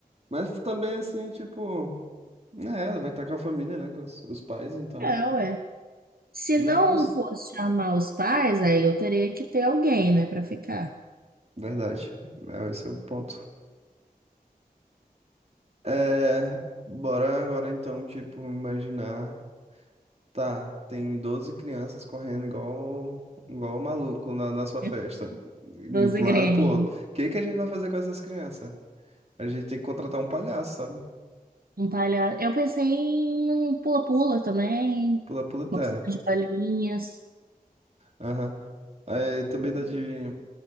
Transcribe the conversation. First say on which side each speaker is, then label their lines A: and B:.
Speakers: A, on the right; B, on the right.
A: Mas também, assim, tipo... né vai estar com a família, né? Com os, os pais, então...
B: É, ué. Se
A: Não
B: não
A: é poss...
B: fosse chamar os pais, aí eu teria que ter alguém, né, pra ficar.
A: Verdade. É, esse é o ponto. É, bora agora então, tipo, imaginar. Tá, tem 12 crianças correndo igual, igual o maluco na, na sua festa,
B: <laughs>
A: indo
B: 12
A: pra
B: Gremlin.
A: um lado e pro outro. O que que a gente vai fazer com essas crianças? A gente tem que contratar um palhaço, sabe?
B: Um palha... Eu pensei em um pula-pula também,
A: Pula, pula e tempo.
B: uma piscina de bolinhas.
A: Aham. Aí também dá de,